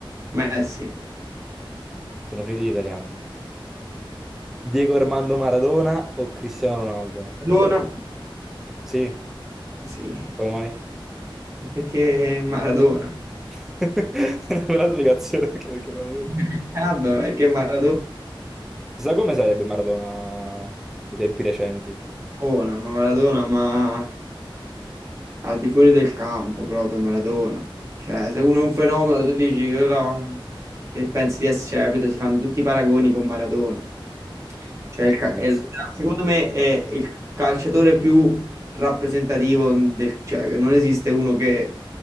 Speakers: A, on the right; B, in the centre.
A: Messi,
B: Sono finiti gli italiani. Diego Armando Maradona o Cristiano Ronaldo?
A: Maradona,
B: Sì,
A: sì,
B: come mai?
A: Perché Maradona.
B: <laughs> È una bella spiegazione perché, perché Maradona.
A: <laughs> Ah, beh, ma perché Maradona?
B: Chissà come sarebbe Maradona dei tempi recenti.
A: Maradona, ma Maradona, ma al di fuori del campo proprio Maradona. Cioè, se uno è un fenomeno, tu dici quello che pensi di essere, cioè, capito? Si fanno tutti i paragoni con Maradona. Cioè,
B: Ecco
A: il ca-
B: Messi.
A: è il- secondo me è il calciatore più rappresentativo del, cioè, non esiste uno che